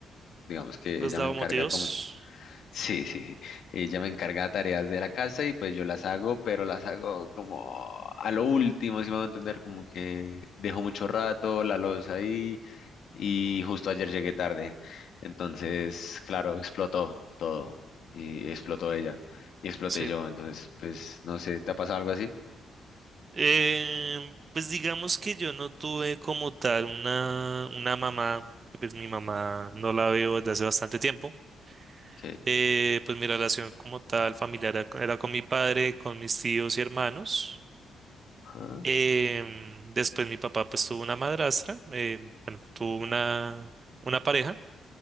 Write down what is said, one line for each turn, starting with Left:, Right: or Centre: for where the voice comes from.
Left: digamos que
Right: ¿Le
Left: ella
Right: has dado
Left: me encarga
Right: motivos?
Left: como, <laughs> sí, sí, sí, ella me encarga tareas de la casa y pues yo las hago, pero las hago como a lo último, si me van a entender, como que dejo mucho rato la loza ahí y justo ayer llegué tarde. Entonces, claro, explotó todo y explotó ella y exploté
Right: Sí.
Left: yo. Entonces, pues, no sé, ¿te ha pasado algo así?
Right: Eh, pues digamos que yo no tuve como tal una, una mamá, que pues mi mamá no la veo desde hace bastante tiempo.
Left: Que,
Right: Eh, pues mi relación como tal familiar era, era con mi padre, con mis tíos y hermanos.
Left: ah,
Right: Em, después mi papá pues tuvo una madrastra, eh, bueno, tuvo una, una pareja.